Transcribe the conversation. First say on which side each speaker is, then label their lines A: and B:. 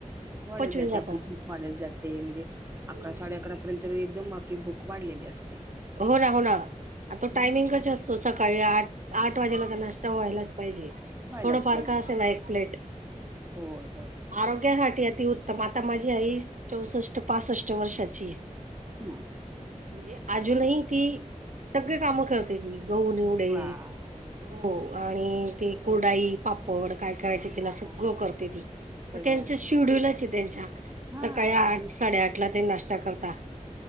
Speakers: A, on the right; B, on the right.
A: वाढत
B: पचून
A: जाते
B: जातं.
A: आपली भुक वाढत जाते म्हणजे
B: हम्म.
A: अकरा साडे अकरा पर्यंत एकदम आपली भूक वाढलेली असते.
B: हो ना हो ना आ तो
A: हम्म
B: टायमिंग कस असतो सकाळी आठ आठ वाजायला का नाष्टा व्हायलाच पाहिजे.
A: व्हायलाच
B: थोडाफार
A: पाहिजे
B: का असेना एक प्लेट,
A: होय होय
B: आरोग्यासाठी अति उ तम आता माझी आई चौसष्ट पासष्ट वर्षाची ये.
A: हम्म
B: म्हणजे अजूनही ती सगळे कामं करते ती गहू निवडे
A: वाह!
B: हो आणि ती कुरडाई पापड काय काय आहे ते तिला
A: वाह!
B: सगळं करते ती म
A: सगळ्या
B: त्यांचं शेड्युलच आहे त्यांच्या
A: हा
B: सकाळी आठ
A: आणि ते
B: साडेआठ ला ते नाश्ता करता